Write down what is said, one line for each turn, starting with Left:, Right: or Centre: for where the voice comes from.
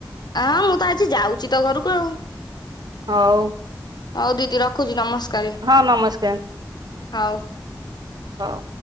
Left: ହଁ ମୁଁତ ଆଜି ଯାଉଚି ତମ ଘରକୁ ଆଉ।
Right: ହଉ।
Left: ହଉ ଦିଦି ରଖୁଚି ନମସ୍କାର।
Right: ହଁ ନମସ୍କାର।
Left: ହଉ।
Right: ହଉ।